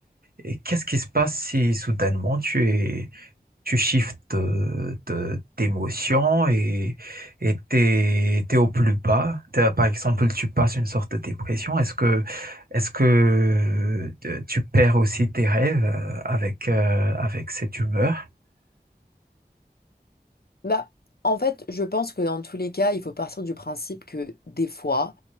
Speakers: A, on the right; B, on the left.
A: Et qu'est-ce qui se passe si soudainement tu es, tu shiftes de, de- d'émotion et, et t'es, t'es au plus bas? T'as- Par exemple, tu passes une sorte de dépression. Est-ce que, est-ce que euh, tu perds aussi tes rêves euh, avec, euh, avec cette humeur?
B: Bah, en fait, je pense que dans tous les cas, il faut partir du principe que des fois,